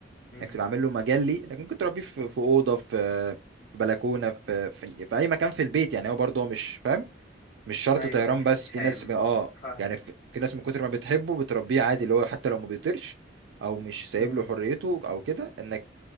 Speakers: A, on the left; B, on the right.
A: امم
B: تبقى عامل له مجال ليه انك ممكن تربيه في في اوضه في في بلكونه في في, في اي مكان في البيت يعني هو برضه هو مش فاهم مش شرط
A: ايوه
B: طيران
A: مش
B: بس
A: مش
B: في
A: هي...
B: ناس ب- اه
A: فاهم
B: يعني في, في ناس من كتر ما بتحبه بتربيه عادي اللي هو حتى لو ما بيطيرش او مش سايب
A: امم
B: له حريته او كده انك